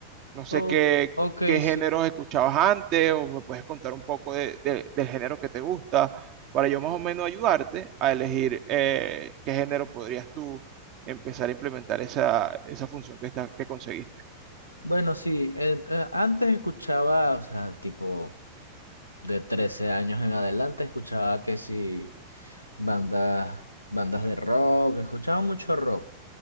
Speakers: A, on the right; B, on the left.
A: No sé
B: Oh,
A: qué,
B: ok,
A: qué
B: sí.
A: géneros escuchabas antes o me puedes contar un poco de- de- del género que te gusta para yo más o menos ayudarte a elegir eh, qué género podrías tú empezar a implementar esa, esa función que, está- que conseguiste.
B: Bueno, sí, eh, eh, antes escuchaba, o sea, tipo de 13 años en adelante escuchaba que si bandas, bandas de rock, escuchaba mucho rock.